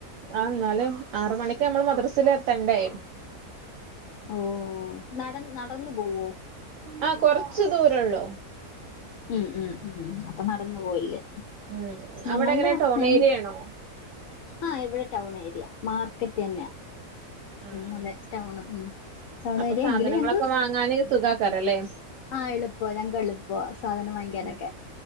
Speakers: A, on the right (about 65°); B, on the left (about 65°).
A: ആ, എന്നാലും ആറ് മണിക്ക് നമ്മൾ മദ്രസയി ൽ എത്തണ്ടേ.
B: ഓ നട നടന്നു പോവോ?
A: ആ, കൊറച്ച് ദൂരള്ളൂ.
B: ഉം ഉം ഉം അപ്പൊ നടന്നു പോയില്ലേ
A: ഉം.
B: ഞങ്ങളുടെ
A: അവിടെ എങ്ങനെ ടൗൺ
B: ഞ
A: ഏരിയയാണോ?
B: ആ, ഇവിടെ ടൗൺ ഏരിയ മാർക്കറ്റ് തന്നെയാ
A: ഉം, ഉം.
B: നല്ല ടൗൺ ഉം ടൗൺ
A: അപ്പൊ
B: ഏരിയ
A: സാധനങ്ങളൊക്കെ
B: എങ്കിലും ഞങ്ങക്ക്
A: വാങ്ങാന് സുഖക്കാരം അല്ലേ.
B: ആ, എളുപ്പ ഞങ്ങൾക്ക് എളുപ്പ സാധനം വാങ്ങിക്കാനൊക്കെ
A: ആ